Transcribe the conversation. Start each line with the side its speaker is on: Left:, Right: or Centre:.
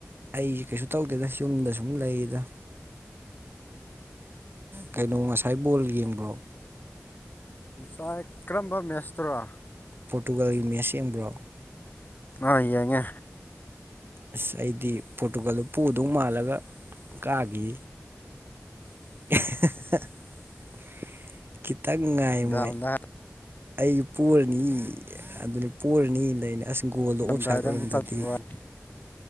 Right: ꯑꯩꯁꯦ ꯀꯩꯁꯨ ꯇꯧꯗꯦꯗ ꯌꯨꯝꯗ ꯁꯨꯝ ꯂꯩꯔꯤꯗ ꯀꯩꯅꯣ ꯉꯁꯥꯏ ꯕꯣꯜ ꯌꯦꯡꯕ꯭ꯔꯣ
Left: ꯉꯁꯥꯏ ꯀꯔꯝꯕ ꯃꯦꯠꯁꯇꯔꯣ
Right: ꯄꯣꯔꯇꯨꯒꯥꯜꯒꯤ ꯃꯦꯁꯡꯕ꯭ꯔꯣ
Left: ꯑ ꯌꯥꯉꯦ
Right: ꯑꯁ ꯑꯩꯗꯤ ꯄꯣꯔꯇꯨꯒꯜꯗꯨ ꯄꯨꯗꯧ ꯃꯥꯜꯂꯒ ꯀꯥꯈꯤ <inaudible> ꯀꯈꯤꯇ ꯉꯅꯨꯡ ꯉꯥꯏ ꯃꯣꯏ
Left: ꯗꯥꯎꯟꯗ
Right: ꯑꯩ ꯄꯔꯅꯤ ꯑꯗꯨꯅꯤ ꯄꯔꯅꯤ ꯂꯩꯅꯤ ꯑꯁ ꯒꯨꯒꯣꯜꯗꯣ ꯑꯣꯞꯁꯥꯏꯠ
Left: ꯉꯝꯗꯥꯏꯗ
Right: ꯑꯣꯏꯔꯝꯗ꯭ꯔꯗꯤ
Left: ꯑꯃꯨꯛ ꯆꯠꯈꯤꯕ ꯋꯥꯅꯤ